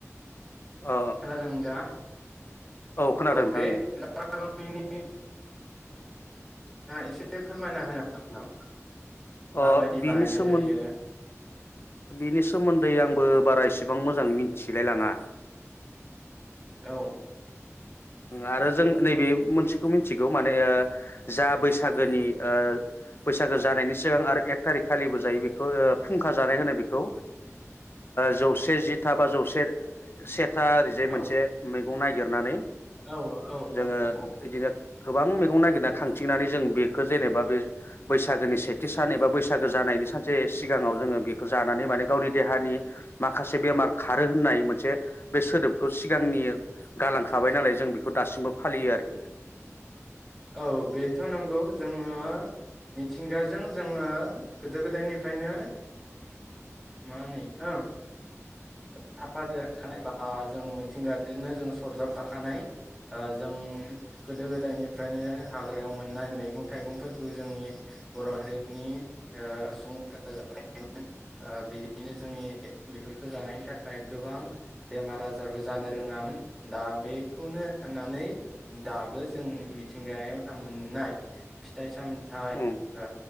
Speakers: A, on the left (about 45°); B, in the centre.
A: औ
B: खोनादों दा
A: खोनादों
B: औ
A: नोंथां
B: बे <unintelligible> <unintelligible> एसे फोरमायना होनो हागोन नामा?
A: अ
B: माबायदि
A: बिनि
B: बानायनाय
A: सोमोन
B: जायो?
A: बिनि सोमोन्दै आंबो बारा इसेबां मोजां मिथिलायलाङा।
B: औ
A: आरो ज जों नैबे मोनसे खौ मोनथिगौ माने, जा बैसागोनि बैसागो जानायनि सिगां आरो एक थारिख खालिबो जायो बेखौ फुंखा जानाय होनो बेखौ। जौसे जिथा बा जौसे से था ओरैजाय
B: औ
A: मोनसे मै खौ ननायागिरनानै
B: औ औ
A: जोङो
B: औ
A: इदिनो गोबां मैगं नागिरना खांथिंनानै जों बेखौ जेनेबा बे बैसागोनि सेथि सान एबा बैसागो जानायनि सानसे सिगाङाव जोङो बेखौ जानानै माने गावनि देहानि माखासे बेमार खारो होननाय मोनसे बे सोदोब खौ सिगांनि
B: औ
A: गालांखा थाबाय नालाय जों बेखौ दासिमबो फालियो आरोखि।
B: औ बेथ' नंगौ। जोङो मिथिंगाजों जोङो गोदो गोदायनिफ्रायनो, मा होनो बेखौ? थाफा देरखानाय बा जों मिथिंगाजोंनो जों सरजाब फाखानाय। जों गोदो गोदायनि फ्रायनो हाग्रायाव मोननाय मैगं थाइगंफोरखौ जोंनि बर' हारिनि सुबुंफोरा बिदिनो जोंनि बेफोरखौ जानायनि थाखाय गोबां बेमार आजारबो जानो रोङामोन दा बेखौनो साननानै दाबो जों मिथ थिंगायाव थाम मोननाय फिथाइ साम थाइ
A: उम
B: ओ